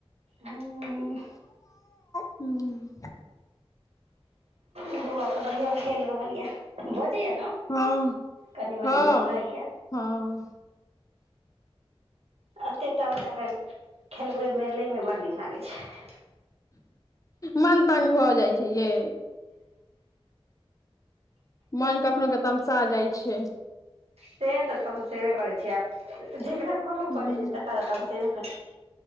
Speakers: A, on the right; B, on the left.
A: हूँ।
B: हूँ।
A: बउवा सब बढ़िया छै नं खेल रहल ये बजे या ने
B: हँ
A: कनी मनी
B: हँ हँ
A: घुलाै या।
B: हँ।
A: एतेटा बच्चाके खेलबै मेे लैमे बड़ नीक लागै छै।
B: मन तंग भऽ जाइ छै ये। मन कखनो के तमसा जाइ छै।
A: से तऽ तमसेबे करै छियै आब जकरा करऽ
B: ह
A: पड़ै छै तकरा त हम सेबे करै छ।